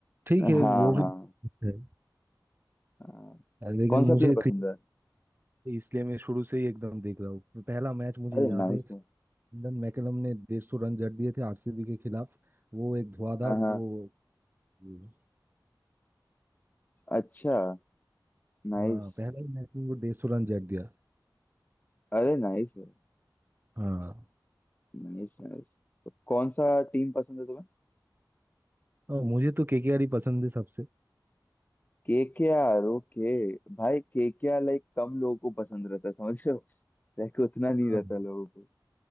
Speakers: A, on the right; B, on the left.
A: ठीक
B: हाँ
A: है वो
B: हाँ
A: भी ठीक
B: हाँ
A: है। लेकिन
B: कौन सा
A: मुझे
B: प्लेयर पसंद
A: क्रिकेट
B: है
A: इसलिए मैं शुरू से ही एकदम देख रहा हूँ पहला मैच मुझे
B: अरे
A: याद
B: नाइस
A: है
B: है
A: ईडन मैकलम ने डेढ़ सौ रन जड़ दिए थे आरसीबी के खिलाफ वो एक धुआंधार
B: हाँ
A: वो
B: हाँ
A: वो-
B: अच्छा नाइस
A: हाँ पहले ही मैच में वो डेढ़ सौ रन जड़ दिया
B: अरे नाइस है
A: हाँ
B: Nice nice तो कौन सा टीम पसंद है तुम्हें
A: और मुझे तो केकेआर ही पसंद है सबसे
B: KKR okay भाई केकेआर लाइक कम लोगों को पसंद रहता है समझ रहे रैक उतना नहीं
A: हाँ
B: रहता लोगों को